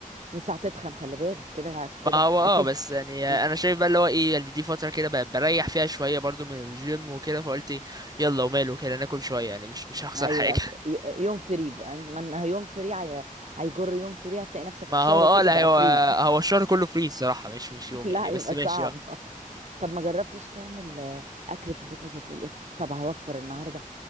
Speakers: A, on the right; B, on the right.
A: بس هتتخن خلي بالك كده عارف كده
B: ما هو اه
A: اكيد
B: بس يعني
A: انت
B: انا شايف بقى اللي هو ايه يعني دي فتره كده بقى بريح فيها شويه برضو من الجيم وكده فقلت إيه، يلا وماله كده ناكل شويه يعني مش مش هخسر
A: ايوه
B: حاجه
A: هت-
B: <laughs>
A: ي- يوم فري بقى ما إنها يوم فري هي... هيجر يوم فري هتلاقي نفسك
B: ما
A: الشهر
B: هو اه
A: كله
B: لا
A: بقى
B: هو
A: فري
B: هو الشهر كله فري الصراحه مش مش
A: <laughs>
B: يوم
A: لا
B: يعني
A: هيبقى
B: بس ماشي
A: صعب
B: اه
A: طب ما جربتش تعمل آه، اكل في البيت مثلا تقول ايه طب هوفر النهارده